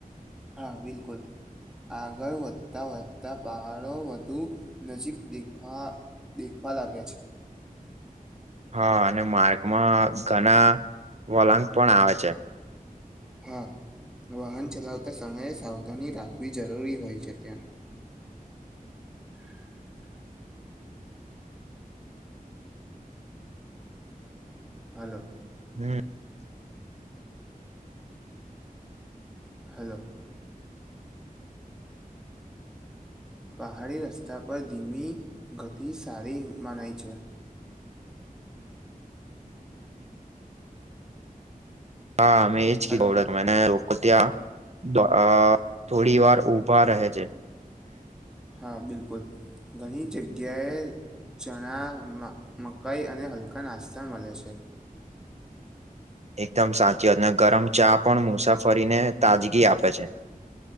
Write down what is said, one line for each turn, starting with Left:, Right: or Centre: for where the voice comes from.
Centre: હા બિલકુલ આગળ વધતાં વધતા પહાડો વધુ નજીક દેખા દેખવા લાગે છે
Right: હા અને માગૅમાં ઘણા વલાક પણ આવે છે
Centre: હા વાહન ચલાવતા સમયે સાવધાની રાખવી જરૂરી હોય છે ત્યાં <unintelligible> હલો
Right: હમ
Centre: હલો પહાડી રસ્તા પર ધીમી ગતિ સારી મનાય છે
Right: હા અમે એજ <unintelligible>
Centre: હલો
Right: મ લોકો ત્યાં અ થોડી વાર ઉભા રહે છે.
Centre: હા બિલકુલ ઘણી જગ્યાએ ચણામાં મકાઈ અને હલકા નાસ્તા મળે છે.
Right: એકદમ સાચી વાત ને ગરમ ચા પણ મુસાફરીને તાજગી આપે છે